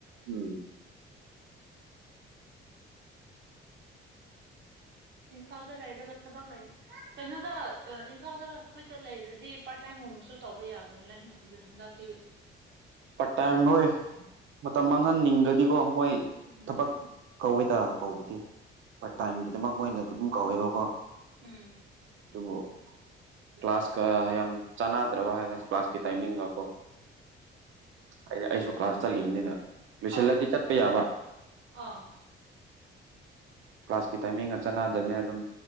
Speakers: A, on the right (about 75°); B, on the right (about 60°).
A: ꯎꯝ
B: ꯏꯝꯐꯥꯜꯗ ꯂꯩꯔꯒ ꯊꯕꯛ ꯂꯩꯅꯤ ꯀꯩꯅꯣꯗ ꯏꯝꯐꯥꯜꯗ ꯑꯩꯈꯣꯏꯇ ꯂꯩꯔꯗꯤ ꯄꯥꯔꯠ ꯇꯥꯏꯝ ꯨ ꯇꯧꯕ ꯌꯥꯕꯅꯤꯗ ꯍꯟ ꯍꯟꯗꯛ ꯇꯤ
A: ꯄꯠꯇꯥꯏꯝ ꯍꯣꯏ ꯃꯇꯝ ꯃꯥꯡꯍꯟꯅꯤꯡꯗ꯭ꯔꯗꯤꯀꯣ ꯃꯣꯏ
B: ꯎꯝ
A: ꯊꯕꯛ ꯀꯧꯋꯦꯗ ꯀꯧꯕꯗꯤ ꯄꯠꯇꯥꯏꯝꯒꯤꯗꯃꯛ ꯃꯣꯏꯅ ꯑꯗꯨꯝ ꯀꯧꯋꯦꯕꯀꯣ
B: ꯎꯝ
A: ꯑꯗꯨꯕꯨ ꯀ꯭ꯂꯥꯁꯀ ꯌꯥꯝ ꯆꯥꯟꯅꯗ꯭ꯔꯕ ꯍꯥꯏꯦ ꯀ꯭ꯂꯥꯁꯀꯤ ꯇꯥꯏꯃꯤꯡꯒ ꯀꯣ ꯑꯩꯅ ꯑꯩꯁꯨ ꯀ꯭ꯂꯥꯁ ꯆꯠꯂꯤꯕꯅꯤꯅ ꯂꯣꯏꯁꯤꯜꯂꯗꯤ
B: ꯑꯧ
A: ꯆꯠꯄ ꯌꯥꯕ
B: ꯑꯥ
A: ꯀ꯭ꯂꯥꯁꯀꯤ ꯇꯥꯏꯃꯤꯡꯒ ꯆꯥꯟꯅꯗꯕꯅꯦ ꯑꯗꯨꯝ